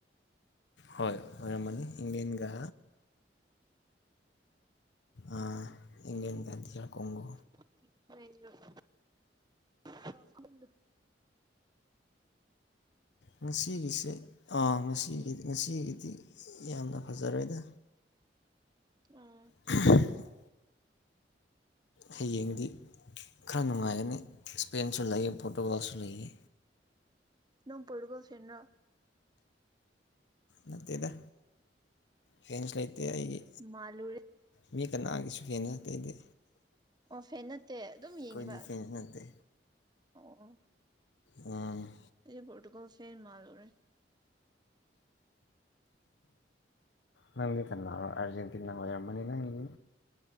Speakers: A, on the left; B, on the right.
A: ꯍꫭꯏ ꯑꫭꯏꯔꯝꯃꯅꯤ ꯏꯪꯂ°ꯟꯒꯥ ꯑꯥ ꯏꯪꯂ°ꯟꯒꯥ ꯗꯤꯌꯥꯀꯣꯡꯒꯣ
B: <unintelligible> <inaudible>
A: ꯉꯁꯤꯒꯤꯁꯦ ꯑꯥ ꯉꯁꯤꯒꯤ ꯉꯁꯤꯒꯤꯗꯤ ꯌꯥꯝꯅ ꯐꯖꯔꯣꯏꯗꯥ
B: ꯑꫭ
A: <unintelligible> ꯍꯌꯦꯡꯗꯤ ꯈꯔ ꯅꯨꯡꯉꯥꯏꯒꯅꯤ ꯏꯁꯄꯦꯟꯁꯨ ꯂꯩꯌꯦ ꯄꯣꯔꯇꯨꯒꯜꯁꯨ ꯂꯩꯌꯦ
B: ꯅꯣꯡ ꯄꯣꯔꯇꯨꯒꯜ ꯐ°ꯟꯔꯥ
A: ꯅꯠꯇꯦꯗꯥ ꯐꯦꯟꯁ ꯂꯩꯇꯦ ꯑꯩꯒꯤ
B: ꯃꯥꯜꯂꯨꯔꯦ
A: ꯃꯤ ꯀꯅꯥꯒꯤꯁꯨ ꯐ°ꯟ ꯅꯠꯇ° ꯑꯩꯗꯤ
B: ꯑꯣ ꯐꯦꯟ ꯅꯠꯇꯦ ꯑꯗꯨꯝ
A: ꯑꯩꯈꯣꯏꯗꯤ
B: ꯌꯦꯡꯏꯕ
A: ꯐꯦꯟꯁ ꯅꯠꯇꯦ
B: ꯑꯣ ꯑꯣ
A: ꯎꯝ
B: ꯑꯩꯗꯤ ꯄꯣꯔꯇꯨꯒꯜ ꯐꯦꯟ ꯃꯥꯜꯂꯨꯔꯦ
A: ꯅꯪꯂꯤ ꯀꯅꯥꯔꯥ ꯑꯔꯖꯦꯟꯇꯤꯟꯅ ꯑꯣꯏꯔꯝꯃꯅꯤ ꯅꯪꯗꯤ